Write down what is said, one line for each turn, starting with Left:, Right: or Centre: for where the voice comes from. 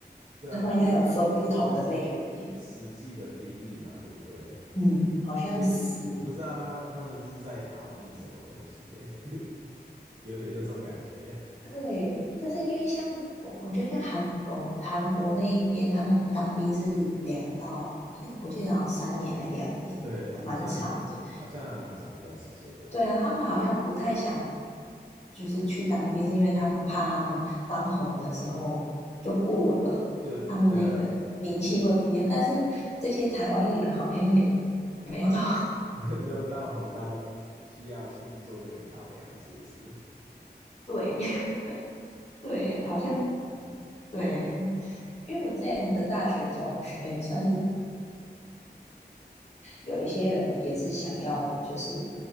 Right: 对啊，
Left: 他们应该有分不同的类别，
Right: 不一定要去做，就是实际的兵役嘛，对不对？
Left: 嗯，好像是。
Right: 所以我不知道他他们是在逃避什么东西耶，<laughs> 有点那种感觉。
Left: 对，就是因为像我，我觉得像韩哦韩国那一边，他们当兵是两到，哎，我记得好像三年还两年，
Right: 对，好像好像还蛮长一段时间的，
Left: 蛮长的。对啊，他们好像不太想，就是去当兵，是因为他们怕他们当红的时候就过了，
Right: 就对啊，
Left: 他们那个名气会不一样。但是这些台湾艺人好像也没有到，
Right: <laughs> 没有到红到需要去做那个考量，是不是？
Left: <laughs> 对 <laughs> 对，好像对，因为我这样的大学同学，算是有一些人也是想要，就是